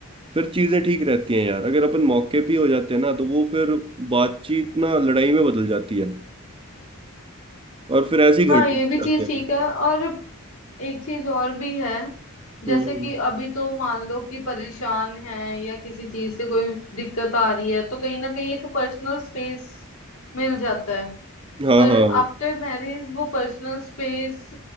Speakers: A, on the right; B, on the left.
A: फिर चीजें ठीक रहती हैं यार अगर अपन मौके पे ही हो जाते हैं ना तो वो फिर बातचीत ना लड़ाई में बदल जाती है और फिर ऐसे ही घर
B: हाँ
A: टूट
B: ये भी
A: जाते
B: चीज सीखा
A: हैं
B: और एक चीज और भी है जैसे
A: हम्म
B: कि अभी तो मान लो कि परेशान है या किसी चीज से कोई दिक्कत आ रही है तो कहीं ना कहीं एक पर्सनल स्पेस मिल जाता है
A: हाँ
B: पर
A: हाँ
B: आफ्टर मैरिज वो पर्सनल स्पेस